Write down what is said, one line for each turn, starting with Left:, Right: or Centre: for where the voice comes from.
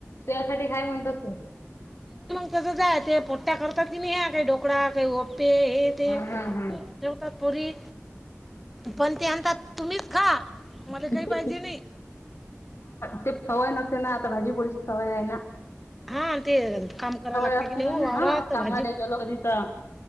Left: तू यासाठी हाय म्हणतात ते.
Centre: त्या जाय ते पोट्ट्या करतात ति नाही ह्या काही डोकळा काही अप्पे हे ते
Left: हम्म हम्म हम्म
Centre: ठेवतात पोरी पण ते म्हणतात तुम्हीच खा. मला
Left: <unintelligible>
Centre: काही पाहिजे नाही
Left: ते सवय नसते ना आता भाजीपोडीची सवय हेना.
Centre: हां, ते काम करायला लागते
Left: असते
Centre: कणी ओ
Left: का नाही
Centre: वावरात
Left: हा कामाला
Centre: भाजी.
Left: गेलो कधी तर